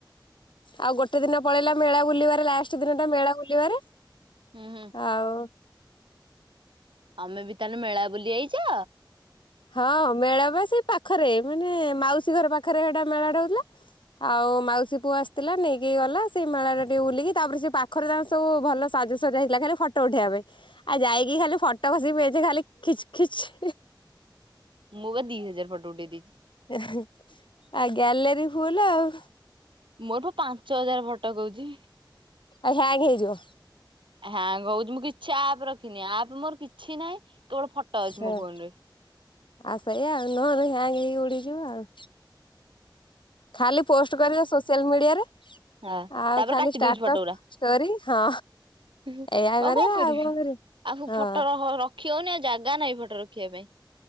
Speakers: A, on the left (about 75°); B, on the right (about 80°).
A: ଆଉ ଗୋଟେ ଗୋଟେ ଦିନ ପଳେଇଲା ମେଳା ବୁଲିବାରେ, ଲାଷ୍ଟ ଦିନ ଟା ମେଳା ବୁଲିବାରେ।
B: ହୁଁ ହୁଁ
A: ଆଉ
B: ତମେ ବି ତାହେଲେ ମେଳା ବୁଲି ଆଇଚ?
A: ହଁ ମେଳା ବା ସେ ପାଖରେ, ମାନେ ମାଉସୀ ଘର ପାଖରେ ସେଟା ମେଳାଟା ହଉଥିଲା। ଆଉ ମାଉସୀ ପୁଅ ଆସିଥିଲା ନେଇକି ଗଲା। ସେଇ ମେଳା ଟା ଟିକେ ବୁଲିକି, ତାପ ସେ ପାଖରେ ଯ ସବୁ ଭଲ ସାଜସଜ ହେଇଥିଲା, ଖାଲି ଫଟୋ ଉଠେଇବା ପାଇଁ। ଆଉ ଯାଇକି ଖାଲି ଫଟୋ ବସି ମେଞ୍ଚେ ଖାଲି ଖିଚ୍ ଖିଚ୍।
B: ମୁଁ ବା ଦି ହଜାରେ ଫଟୋ ଉଠେଇ ଦେଇଛି।
A: ଏଁ ଆଉ ଗ୍ୟାଲେରୀ ଫୁଲ ଆଉ।
B: ମୋର ପାଞ୍ଚ ହଜାର ଫଟୋ କହୁଛି।
A: ଆ ହ୍ୟାଙ୍ଗ ହେଇଯିବ।
B: ହ୍ୟାଙ୍ଗ ହଉଛି, ମୁଁ କିଛି ଆପ ରଖିନି ଆପ୍ ମୋର କିଛି ନାହିଁ କେବଳ ଫଟୋ ଅଛି
A: ହଁ
B: ମୋ ଫୋନ ରେ ‌।
A: ଆଉ ସେଇ ଆଉ ନହେଲେ ହ୍ୟାଙ୍ଗ ହେଇକି ଉଡିଯିବ ଆଉ।
B: ହୁଁ।
A: ଖାଲି ପୋଷ୍ଟ କରିବ ସୋସିଆଲ ମିଡିଆରେ।
B: ହଁ
A: ଆଉ
B: ତାପରେ
A: ଖାଲି
B: କାଟି
A: ଷ୍ଟାଟସ୍
B: ଦଉଛି ଫଟୋ ଗୁରା
A: ଷ୍ଟୋରି ହଁ।
B: ଆଉ
A: ଏଇଆ କରିବା
B: କଣ କରିବି,
A: ଆଉ କରିବା
B: ଆଉ
A: ହଁ।
B: ଫଟୋ ର ରଖିହଉନି ଆଉ ଜାଗା ନାହିଁ ଫଟୋ ରଖିବା ପାଇଁ।